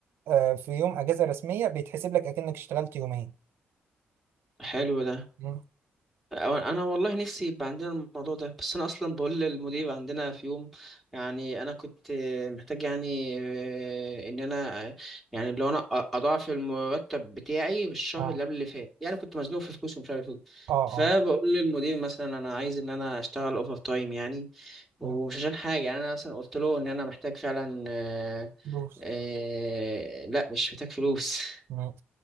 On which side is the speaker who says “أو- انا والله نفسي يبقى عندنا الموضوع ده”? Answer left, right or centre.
Centre